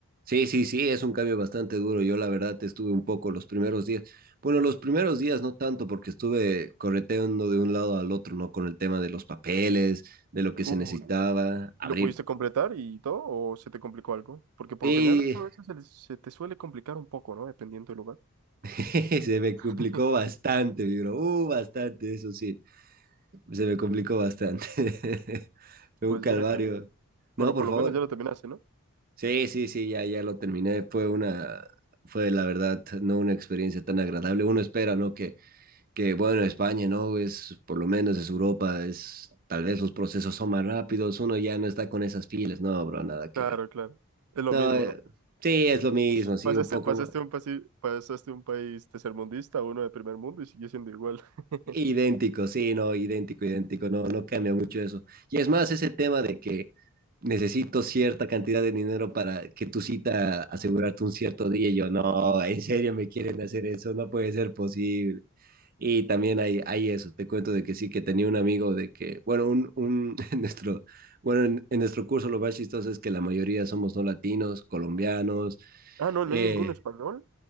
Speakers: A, on the right; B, on the right.
A: Sí, sí, sí, es un cambio bastante duro. Yo la verdad estuve un poco los primeros días. Bueno, los primeros días no tanto porque estuve correteando de un lado al otro, ¿no? Con el tema de los papeles, de lo que
B: Uh,
A: se necesitaba, abrir.
B: ¿y lo pudiste completar y todo o se te complicó algo? Porque por
A: Y
B: lo general a veces se, les- se te suele complicar un poco, ¿no? Dependiendo del lugar.
A: <laughs> se me complicó
B: <laughs>
A: bastante, digo, uh, bastante, eso sí, se me complicó bastante. <laughs> Fue
B: Pues
A: un calvario.
B: mira que,
A: No,
B: pero
A: por
B: por lo
A: favor.
B: menos ya lo terminaste, ¿no?
A: Sí, sí, sí, ya, ya lo terminé. Fue una, fue la verdad, no una experiencia tan agradable. Uno espera, ¿no? Que que bueno, España, ¿no? Es, por lo menos es Europa, es, tal vez los procesos son más rápidos, uno ya no está con esas filas, no, bro, nada que
B: Claro,
A: ver.
B: claro. Es lo
A: No,
B: mismo,
A: eh,
B: ¿no?
A: sí, es lo mismo,
B: <laughs>
A: sí,
B: Pasaste,
A: un poco
B: pasaste
A: ma-
B: un pasi- pasaste un país tercermundista a uno de primer mundo y sigue siendo igual. <laughs>
A: idéntico, sí, no, idéntico, idéntico, no, no cambia mucho eso. Y es más, ese tema de que necesito cierta cantidad de dinero para que tu cita asegurarte un cierto día, y yo, no, en serio me quieren hacer eso, no puede ser posible. Y también hay, hay eso, te cuento de que sí, que tenía un amigo de que, bueno, un, un, <laughs> en nuestro, bueno, en, en nuestro curso lo más chistoso es que la mayoría somos no latinos, colombianos.
B: Ah, no, no
A: eh,
B: hay ningún español.